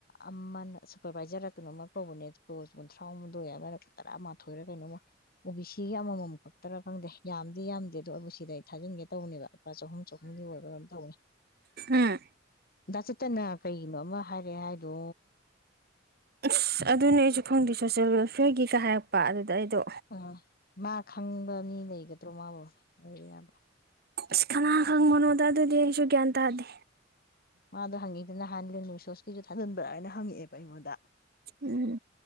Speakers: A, on the left (about 50°); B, on the right (about 55°).
A: ꯑꯃꯅ ꯁꯨꯄꯔꯕꯥꯏꯖꯔꯔ ꯀꯩꯅꯣꯃ ꯀꯧꯕꯅꯦ ꯄꯣꯁ ꯀꯨꯟꯊ꯭ꯔꯥꯍꯨꯝꯗꯣꯏ ꯑꯃꯅ ꯇꯔꯥ ꯃꯥꯊꯣꯏꯔ ꯀꯩꯅꯣꯃ ꯑꯣ ꯕꯤ ꯁꯤꯒꯤ ꯑꯃꯃꯝ ꯈꯛꯇꯔ ꯈꯪꯗꯦ ꯌꯥꯝꯗꯤ ꯌꯥꯝꯗꯦ ꯑꯗꯣ ꯑꯩꯕꯨ ꯁꯤꯗ ꯑꯩ ꯊꯥꯖꯤꯟꯒꯦ ꯇꯧꯕꯅꯦꯕ ꯂꯨꯄꯥ ꯆꯍꯨꯝ ꯆꯍꯨꯝꯒꯤ ꯑꯣꯏꯕꯔ ꯀꯩꯄꯣ ꯇꯧꯅꯦ
B: ꯎꯝ
A: ꯗꯥꯆꯠꯇꯅ ꯀꯩꯒꯤꯅꯣ ꯑꯃ ꯍꯥꯏꯔꯛꯑꯦ ꯍꯥꯏꯗꯣ
B: ꯑꯁ ꯑꯗꯨꯅꯦ ꯑꯩꯁꯨ ꯈꯪꯗꯦ ꯁꯣꯁꯦꯜ ꯋꯦꯜꯐꯤꯌꯔꯒꯤꯒ ꯍꯥꯏꯔꯛꯄ ꯑꯗꯨ ꯑꯗꯨꯗ ꯑꯩꯗꯣ
A: ꯑ ꯃꯥ ꯈꯪꯕ ꯃꯤ ꯂꯩꯒꯗ꯭ꯔꯣ ꯃꯥꯕꯨ ꯑꯌꯥꯝꯕ
B: ꯑꯁ ꯀꯅꯥ ꯈꯪꯕꯅꯣꯗ ꯑꯗꯨꯗꯤ ꯑꯩꯁꯨꯨ ꯒꯌꯥꯟ ꯇꯥꯗꯦ
A: ꯃꯥꯗꯣ ꯍꯪꯉꯛꯑꯦ ꯅꯍꯥꯟ ꯂꯁꯣꯁꯀꯤꯁꯨ ꯊꯥꯖꯤꯟꯕ꯭ꯔꯅ ꯍꯪꯉꯛꯑꯦꯕ ꯑꯩꯉꯣꯟꯗ
B: ꯎꯝ